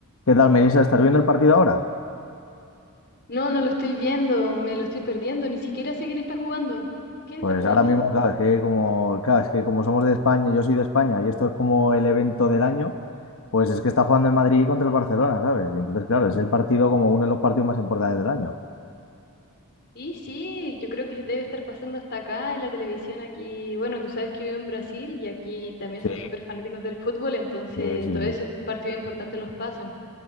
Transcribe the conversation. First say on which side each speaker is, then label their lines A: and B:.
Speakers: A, on the left (about 65°); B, on the left (about 50°).
A: ¿Qué tal, Melissa? ¿Estás viendo el partido ahora?
B: No, no lo estoy viendo, me lo estoy perdiendo, ni siquiera sé quién está jugando. ¿Quién
A: Pues
B: está jugando?
A: ahora mismo, claro, es que como, claro, es que como somos de España, yo soy de España y esto es como el evento del año, pues es que está jugando el Madrid contra el Barcelona, ¿sabes? Y entonces, claro, es el partido como uno de los partidos más importantes del año.
B: Y sí, yo creo que debe estar pasando hasta acá en la televisión aquí. Bueno, tú sabes que vivo en Brasil y aquí también
A: Sí,
B: son súper fanáticos del fútbol, entonces
A: sí, sí,
B: todos
A: sí.
B: esos partidos importantes los pasan.